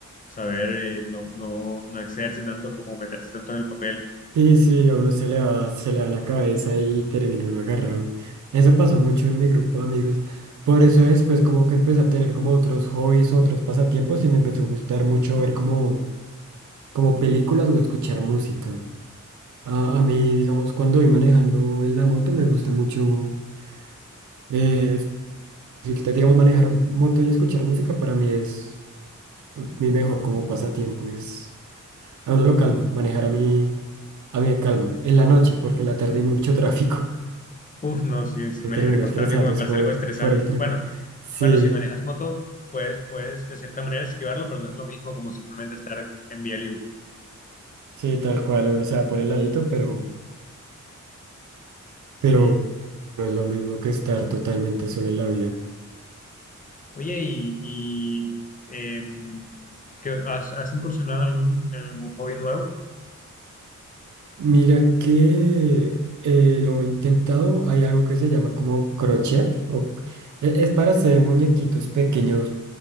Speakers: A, on the left; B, on the right.
A: saber eh, no, no, no excederse tanto como meterse tanto en el papel.
B: sí, sí, a uno se le va, se le va la cabeza y termina uno agarrado. Eso pasó mucho en mi grupo de amigos. Por eso después como que empecé a tener como otros hobbies, otros pasatiempos y me empezó a gustar mucho ver como, como películas o escuchar música. A, a mí, digamos, cuando voy manejando en la moto me gusta mucho, eh, si quita- digamos, manejar moto y escuchar música para mí es mi mejor como pasatiempo. Es, a uno lo calma, manejar a mí. A mí me calma. En la noche, porque en la tarde hay mucho <laughs> tráfico.
A: Uf, no, si, si
B: Me
A: manejar
B: terminé
A: con
B: estresando
A: tráfico me
B: es
A: parece
B: por,
A: algo estresante.
B: por el trancón.
A: Bueno,
B: Sí,
A: bueno, si manejas moto, pues puedes de cierta manera esquivarlo, pero no es lo mismo como simplemente estar en vía libre.
B: sí, tal cual, uno se va por el ladito, pero,
A: Sí.
B: pero no es lo mismo que estar totalmente solo en la vida.
A: Oye, y, y em, ¿qué- has, has incursionado en algún, en algún hobby nuevo?
B: Mira que eh, lo he intentado, hay algo que se llama como crochet, o, e- es para hacer muñequitos pequeños